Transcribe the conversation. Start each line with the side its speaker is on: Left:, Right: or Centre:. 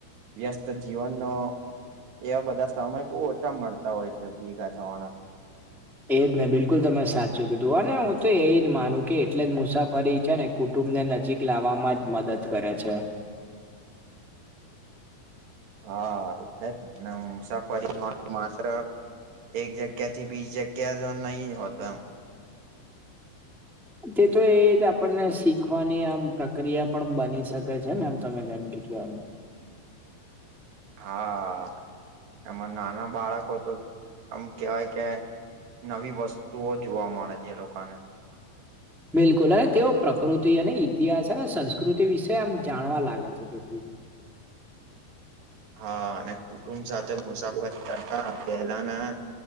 Right: વ્યસ્ત તો જીવનનો એવા બધા સમય બહુ ઓછા મળતા હોય છે ભેગા થવાના.
Centre: એજ નને બિલકુલ તમે સાચું કી તું હને હું તો એજ માનું કે એટલે જ મુસાફરી છે ને કુટુંબ ને નજીક લાવવામાં જ મદદ કરે છે.
Right: હા એટલે જને મુસાફરી <unintelligible> માત્ર એક જગ્યા થી બીસ જગ્યા જો નહી હોતો એમ.
Centre: તે તો એ જ આપણને શીખવાની આમ પ્રક્રિયા પણ બની શકે છે ને તમે જાણ <unintelligible>
Right: હા એમાં નાના બાળકો તો આમ કેવાય કે નવી વસ્તુઓ જોવા મળે છે એ લોક ને.
Centre: બિલકુલ અને તેઓ પ્રકૃતિ અને ઇતિહાસ અને સંસ્કૃતિ વિશે આમ જાણવા લાગે છે તેથી.
Right: હા અને કુટુંબ સાથે મુસાફર કરતા પહેલાના